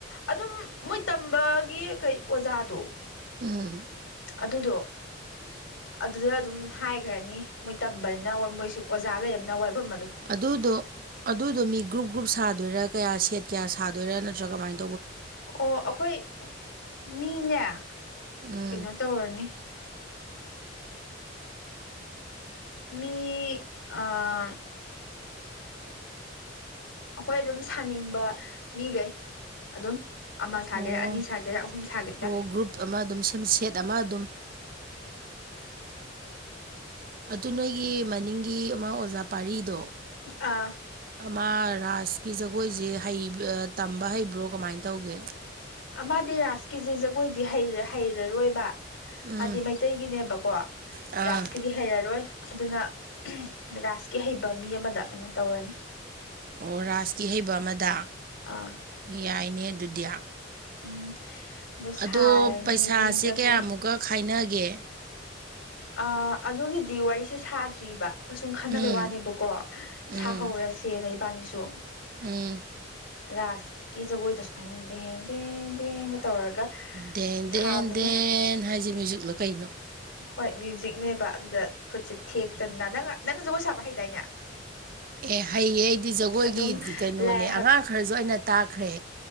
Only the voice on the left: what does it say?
ꯑꯗꯨꯝ ꯃꯣꯏ ꯇꯝꯕꯒꯤ ꯀꯩ ꯑꯣꯖꯥꯗꯣ
ꯑꯗꯨꯗꯣ ꯑꯗꯨꯗ ꯑꯗꯨꯝ ꯍꯥꯏꯒ꯭ꯔꯥꯅꯤ ꯃꯣꯏ ꯇꯝꯕꯅꯤꯅ ꯃꯣꯏꯁꯨ ꯑꯣꯖꯥ ꯂꯩꯔꯃꯤꯅ ꯋꯥꯏꯕꯝ
ꯑꯣ ꯑꯥꯈꯣꯏ ꯃꯤꯅꯦ
ꯀꯩꯅꯣ ꯇꯧꯔꯅꯤ ꯃꯤ ꯑꯥ ꯑꯥꯈꯣꯏ ꯑꯗꯨꯝ ꯁꯥꯅꯤꯡꯕ ꯃꯤꯒꯩ ꯑꯗꯨꯝ ꯑꯃ ꯁꯥꯒꯦꯔꯥ
ꯑꯅꯤ ꯁꯥꯒꯦꯔꯥ ꯑꯍꯨꯝ ꯁꯥꯒꯦꯔꯥ
ꯑꯥ
ꯃꯥꯗꯤ ꯔꯥꯁꯀꯤꯖꯦ ꯖꯒꯣꯏꯗꯤ ꯍꯩꯔꯔꯣꯏꯕ
ꯃꯥꯗꯤ ꯃꯩꯇꯩꯒꯤꯅꯦꯕꯀꯣ
ꯔꯥꯁꯀꯤ ꯗꯤ ꯍꯩꯔꯔꯣꯏ ꯑꯗꯨꯅ ꯔꯥꯁꯀꯤ ꯍꯩꯕ ꯃꯤ ꯑꯃꯗ ꯑꯣꯏꯅ ꯇꯧꯔꯅꯤ
ꯑꯥ
ꯎꯝ ꯑꯗꯨ ꯁꯥꯔꯅꯤ
ꯖꯒꯣꯏ
ꯑꯥ ꯑꯗꯨꯒꯤꯗꯤ ꯋꯥꯔꯤꯁꯦ ꯁꯥꯗ꯭ꯔꯤꯕ ꯈꯣꯏ ꯁꯨꯝ ꯈꯟꯅꯕꯩ
ꯋꯥꯅꯦꯕꯀꯣ
ꯁꯥꯍꯧꯔꯁꯦꯅ ꯏꯕꯥꯅꯤꯁꯨ
ꯔꯥꯁꯀꯤ ꯖꯒꯣꯏꯗꯣ ꯁꯨꯃꯥꯏꯅ ꯗꯦꯟ ꯗꯦꯟ ꯗꯦꯡꯒ ꯇꯧꯔꯒ
ꯁꯥꯕꯗꯣ
ꯍꯣꯏ ꯃ꯭ꯌꯨꯖꯤꯛꯅꯦꯕ ꯑꯗꯨꯗ ꯈꯨꯠꯁꯦ ꯊꯦꯛꯇꯅ ꯅꯪ ꯅꯪ ꯖꯒꯣꯏ ꯁꯥꯕ ꯍꯩꯗꯥꯏꯅꯦ
ꯑꯗꯨꯝ
ꯂꯥꯏ